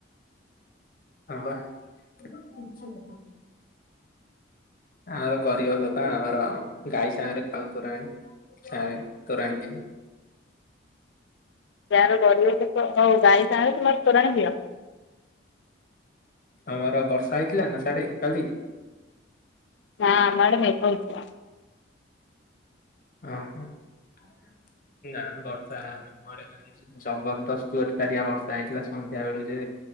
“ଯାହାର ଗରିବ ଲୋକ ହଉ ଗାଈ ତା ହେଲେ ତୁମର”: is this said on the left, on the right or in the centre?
Left